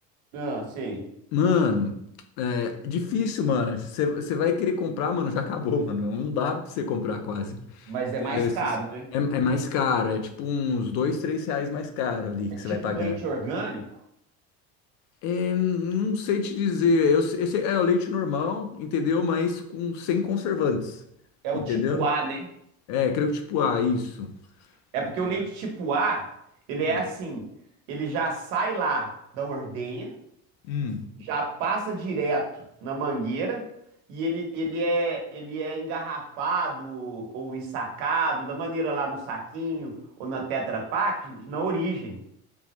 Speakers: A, on the right (about 80°); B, on the left (about 65°).
A: Não, sei.
B: Mano, é difícil, mano. Você você vai querer comprar, mano, já acabou, mano. Não dá pra você comprar quase.
A: Mas
B: Entendeu?
A: é mais
B: Esses-
A: caro, né?
B: É, é mais caro, é tipo uns dois, três reais mais caro ali
A: É
B: que
A: tipo
B: você vai pagar.
A: um leite orgânico,
B: É, não sei te dizer. Eu, sei- eu sei- é o leite normal, entendeu? Mas com sem conservantes.
A: é o
B: Entendeu?
A: tipo A, né?
B: É, creio que tipo, ah, isso.
A: É porque
B: Entendeu?
A: o leite tipo A, ele
B: Hum.
A: é assim, ele já sai lá da ordenha,
B: Hum.
A: já passa direto na mangueira e ele, ele é ele é engarrafado ou ensacado da maneira lá no saquinho ou na Tetra Pak na origem,